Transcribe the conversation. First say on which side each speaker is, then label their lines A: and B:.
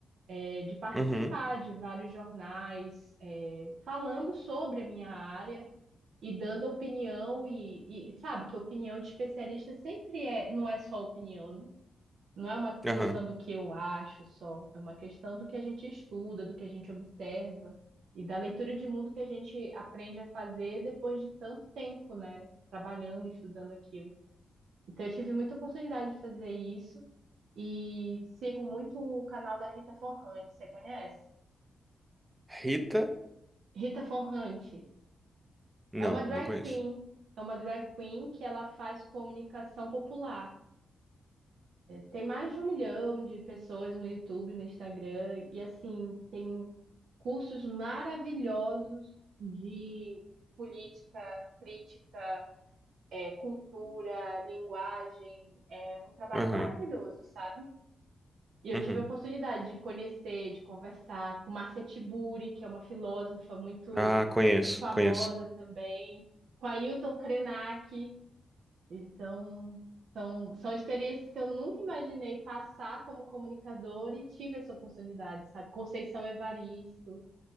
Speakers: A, on the right; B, on the right.
A: É, de participar
B: Uhum,
A: de vários jornais, é, falando sobre a minha área e dando opinião, e, e sabe que opinião de especialista sempre é, não é só opinião, né? Não é uma questão
B: aham.
A: do que eu acho só, é uma questão do que a gente estuda, do que a gente observa e da leitura de mundo que a gente aprende a fazer depois de tanto tempo, né? Trabalhando, e estudando aquilo. Então, eu tive muita oportunidade de fazer isso e sigo muito o canal da Rita Von Hunt, você conhece?
B: Rita?
A: Rita Von Hunt
B: Não,
A: é uma drag
B: não conheço.
A: queen, é uma drag queen que ela faz comunicação popular. Tem mais de um milhão de pessoas no YouTube, no Instagram, e assim, tem cursos maravilhosos de política, crítica, é, cultura, linguagem. É um trabalho
B: Aham,
A: maravilhoso, sabe? E eu
B: uhum,
A: tive a oportunidade de conhecer, de conversar com Marcia Tiburi, que é uma filósofa muito
B: Ah, conheço,
A: famosa
B: conheço.
A: também, com Ailton Krenak. Então, são, são experiências que eu nunca imaginei passar como comunicadora e tive essa oportunidade, sabe? Conceição Evaristo,